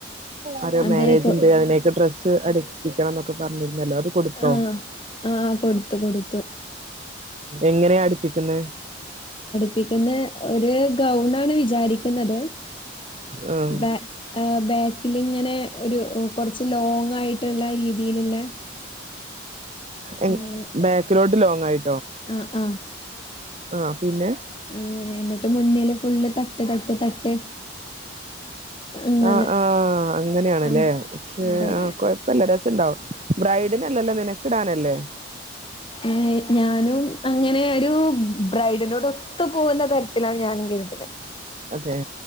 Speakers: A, on the right (about 35°); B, on the left (about 25°).
A: അതോ
B: അതെ
A: മാരേജിന്റെ
B: കൊ
A: അയിനെക്കെ ഡ്രസ്സ്‌ ത് അടിപ്പിക്കണന്നൊക്കെ പറഞ്ഞിരു ന്നല്ലോ. അത് കൊടുത്തോ.
B: ആഹ് ആഹ് കൊടുത്തു കൊടുത്തു
A: എങ്ങനെയാ അടുപ്പിക്കുന്നെ?
B: പ്പിക്കുന്നേ ഒരു ഗൗൺ ആണ് വിചാരിക്കുന്നത്
A: ആഹ്
B: ബാ ഏ ബാക്കിലിങ്ങനെ ഒരു കൊറച്ച് ലോങ്ങ്‌ ആയി ട്ടുള്ള രീതിയിലുള്ള
A: എ
B: അങ്ങനെ
A: ബാക്കിലോട്ട് ലോങ്ങ്‌ ആയി
B: ആഹ് -ആഹ്
A: ആഹ് പിന്നെ
B: അങ്ങനെ എന്നിട്ട് മുന്നില് ഫുള്ള് തട്ട് തട്ട് തട്ട് അങ്ങനെ
A: അ ആ അങ്ങനെയാണല്ലേ
B: ആഹ്
A: പക്ഷെ
B: അതെ
A: അ കൊഴപ്പം ഇല്ലടേ ച്ചുണ്ടാവും. ബ്രൈഡിനല്ലല്ലോ നിനക്കിടാനല്ലേ
B: ഏഹ് ഞാനും അങ്ങനെ ഒരു ബ്രൈഡിൻറെകൂടൊത്തുപോകുന്ന തരത്തിലാണ് ഞാനും ചെയ്തിരിക്കുന്നേ.
A: അതെ